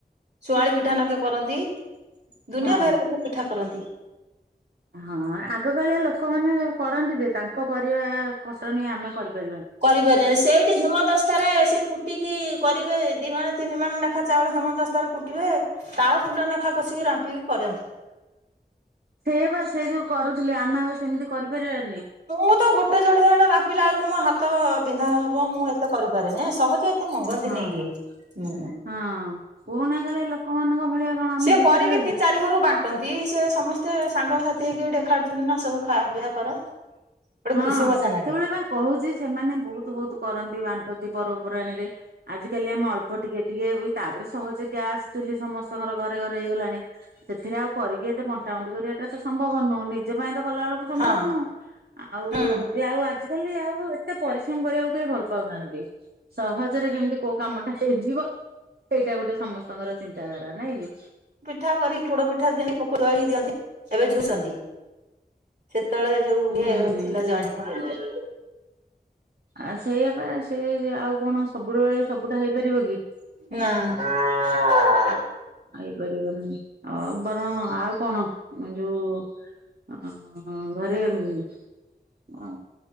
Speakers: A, on the right; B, on the right.
A: ଶୁଆଁଳି ପିଠା ନାଖେ କରନ୍ତି ଦୁନିଆ
B: ହଁ।
A: ଭେରାଇଟି ପ୍ରକାର ପିଠା କରନ୍ତି।
B: ହଁ ଆଗକାଳିଆ ଲୋକମାନେ କରନ୍ତି ଯେ ତାଙ୍କ କରିବା ଖଟଣୀ ଆମେ କରିପାରିବା
A: କରିପାରିବାନି ସେଇଠି ହିମ ଦସ୍ତାରେ ସେ କୁଟିକି କରିବେ ଦି ମାଣେ ତିନି ମାଣେ ଲେଖା ଚାଉଳ ହେମ ଦସ୍ତା ରେ କୁଟିବେ ତାଳ କୁଲେନେଖା କଷିକି ରାମ୍ପିକି କରନ୍ତି।
B: ସେୟା ବା ସେ ଯୋଉ କରୁଥିଲେ ଆମେ ଆଉ ସେମିତି କରିପାରିବାକି?
A: ମୁଁ ତ ଗୋଟେ ଜୋଡେ ହଣା ରାମ୍ପିଲା ବେଳକୁ ମୋ ହାତ ବିନ୍ଧା ହବ ମୁଁ ଏତେ ମୁତ କରିପାରେନି ଏ ସହଜେ ଏତେ ମଙ୍ଗନ୍ତିନି
B: ହଁ
A: ଇଏ ହୁଁ।
B: ହଁ ପୁରୁଣା କାଳିଆ ଲୋକମାନଙ୍କ ଭଳିଆ କଣ ଆମେ
A: ସିଏ
B: ହେଇପାରିବା
A: କରିକି ତିନି
B: କି?
A: ଚାରି ଘରକୁ ବାଣ୍ଟନ୍ତି। ତିରିସେ ସମସ୍ତେ ସାଙ୍ଗସାଥି ହେଇକି ହେଠେ ଏଖାଠିଥିଲୁ ନା ସବୁ ଖାଇଵା ପିଇବା କର। ଗୋଟେ
B: ହଁ
A: ଖୁସି ମଜା
B: ସେତେବେଳେ
A: ଲାଗେ
B: ପା କହୁଛି
A: ହୁଁ
B: ସେମାନେ ବହୁତ ବହୁତ କରନ୍ତି ବାଣ୍ଟନ୍ତି ପର୍ବପର୍ବାଣୀରେ। ଆଜ କାଲି ଆମେ ଅଳ୍ପ ଟିକେ ଟିକେ ବି ତାପରେ ସହଜେ ଗ୍ୟାସ ଚୁଲି ସମସ୍ତଙ୍କର ଘରେ ଘରେ ହେଇଗଲାଣି ସେଥିରେ ଆଉ କରିକି ଏତେ ବଣ୍ଟା ବଣ୍ଟି କରିବାଟା ତ ସମ୍ଭବ ନୁହୁଁ ନିଜ ପାଇଁ ତ କଲା ବେଳକୁ ତ ସମ୍ଭବ
A: ହଁ
B: ନୁହୁଁ। ଆଉ
A: ହୁଁ
B: ବି ଆଉ ଆଜିକାଲି ଆଉ ଏତେ ପରିଶ୍ରମ କରିବାକୁ କେହି ଭଲ ପାଉନାହାନ୍ତି। ସହଜରେ କେମିତି କୋଉ କାମଟା ହେଇଯିବ ସେଇଟା ଗୋଟେ ସମସ୍ତଙ୍କର ଚିନ୍ତାଧାରା ନାଇଁ କି?
A: ପିଠା କରିକି ପୋଡ ପିଠା ଦିଅନ୍ତି ପକୁଡ଼ି କରିକି ଦିଅନ୍ତ ଏବେ ଝୁରୁଚନ୍ତି। ସେତେବେଳେ ଯୋଉ
B: ହୁଁ
A: ଇଏ ଥିଲା ଜଏଣ୍ଟ୍ ଫାମିଲ୍ ରେ
B: ଆ ସେଇଆପା ସେ ଆଉ କଣ ସବୁ ବେଳେ ସବୁଟା ହେଇପାରିବ କି?
A: ନାଁ।
B: ହେଇ ପାରିବନି ଆଉ ବରଂ ଆଉ କଣ ମୁଁ ଯୋଉ ଆଁ ଘରେ ଅ